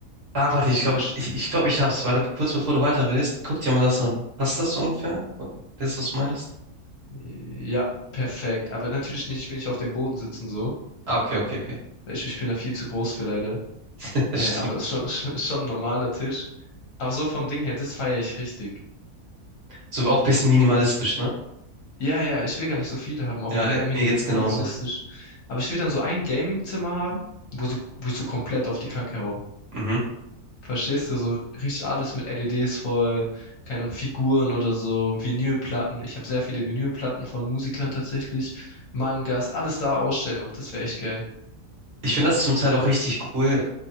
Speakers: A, on the right (about 45°); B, on the left (about 60°).
A: Ah, warte, ich glaube,
B: Versch-
A: ich, ich glaube, ich hab's. Warte, kurz bevor du weiterredest, guck dir mal das an. Passt das so ungefähr? Das, was du meinst?
B: Ja, perfekt. Aber natürlich nicht, ich will nicht auf dem Boden sitzen so.
A: Ah, okay, okay, okay.
B: Ich, ich bin da viel zu groß für leider.
A: <laughs> Stimmt.
B: Äh, aber es ist schon, <laughs> ist schon ein normaler Tisch. Aber so vom Ding her, das feiere ich richtig.
A: So auch ein bisschen minimalistisch, ne?
B: Ja, ja, ich will gar nicht so viele haben, auch
A: Ja,
B: mehr
A: äh,
B: minim
A: mir geht's
B: minimalistisch.
A: genauso.
B: Aber ich will dann so ein Gaming-Zimmer haben, wo, so, wo ich so komplett auf die Kacke hau.
A: Mhm.
B: Verstehst du? So richtig alles mit LEDs voll, keine Ahnung, Figuren oder so, Vinylplatten. Ich habe sehr viele Vinylplatten von Musikern tatsächlich, Mangas, alles da ausstellen noch. Das wäre echt geil.
A: Ich finde das zum Teil auch richtig cool,